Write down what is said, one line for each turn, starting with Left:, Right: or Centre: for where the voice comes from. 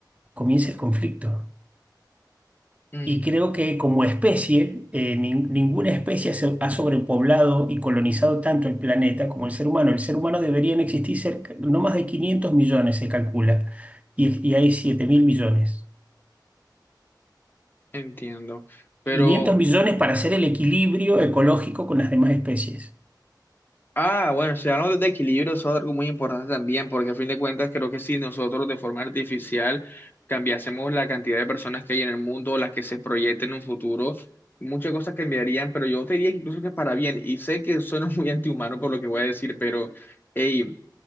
Right: comienza el conflicto.
Left: mm,
Right: Y creo que como especie, eh, nin- ninguna especie se- ha sobrepoblado y colonizado tanto el planeta como el ser humano. El ser humano deberían existir cerca- no más de 500 millones, se calcula, y, y hay 7 mil millones.
Left: entiendo. Pero,
Right: 500 millones para hacer el equilibrio ecológico con las demás especies.
Left: ah, bueno, si hablamos de equilibrio, eso es algo muy importante también, porque a fin de cuentas creo que si nosotros de forma artificial cambiásemos la cantidad de personas que hay en el mundo, las que se proyecten en un futuro, muchas cosas cambiarían, pero yo te diría incluso que para bien, y sé que suena <laughs> muy antihumano por lo que voy a decir, pero... hey